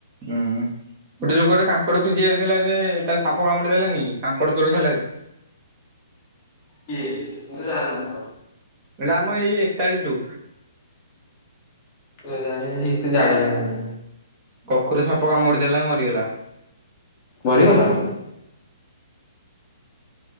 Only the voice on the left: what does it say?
କିଏ, ମୁଁ ତ ଜାଣିନି?
<unintelligible> ଜାଣିନି।
ମରିଗଲା?